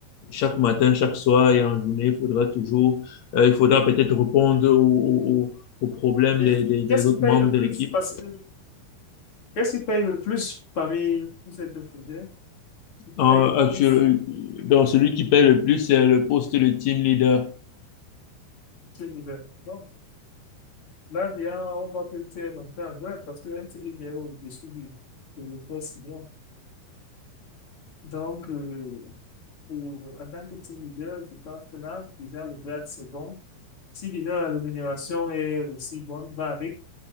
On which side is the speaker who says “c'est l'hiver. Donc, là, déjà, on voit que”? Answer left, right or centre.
Left